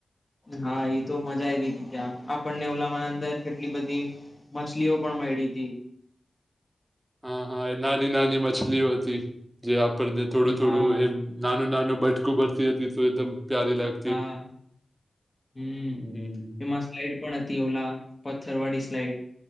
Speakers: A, on the left; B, on the right.
A: હા એ તો મજા આયવી હતી ત્યાં આપણને ઓલા માં અંદર કેટલી બધી માછલીઓ પણ મયડી તી.
B: હા હા એ નાની નાની મછલીઓ હતી જે આપણને થોડું
A: હા
B: થોડું એમ. નાનું નાનું બટકું ભરતી હતી તો એકદમ પ્યારી લાગ
A: હા, હમ્મ,
B: હમ હમ, હમ.
A: એ મસ્ સ્લાઈડ પણ હતી ઓલા પથ્થરવાડી સ્લાઈડ